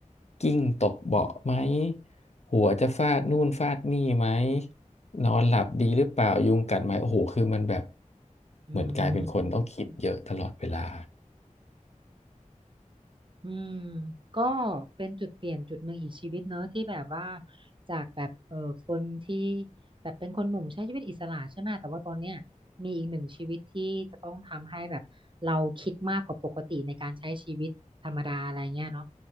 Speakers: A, on the left; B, on the right.
A: กิ้งตกเบาะไหม หัวจะฟาดนู่นฟาดนี่ไหมนอนหลับดีหรือเปล่ายุงกัดไหมโอ้โหคือมันแบบ
B: อืม
A: เหมือนกลายเป็นคนต้องคิดเยอะตลอดเวลา
B: อืมอืมก็เป็นจุดเปลี่ยนจุดหนึ่งอีกชีวิตเนอะที่แบบว่าจากแบบเออคนที่แบบเป็นคนหนุ่มใช้ชีวิตอิสระใช่ไหมแต่ว่าตอนเนี้ยมีอีกหนึ่งชีวิตที่จะต้องทำให้แบบเราคิดมากกว่าปกติในการใช้ชีวิตธรรมดาอะไรเงี้ยเนาะ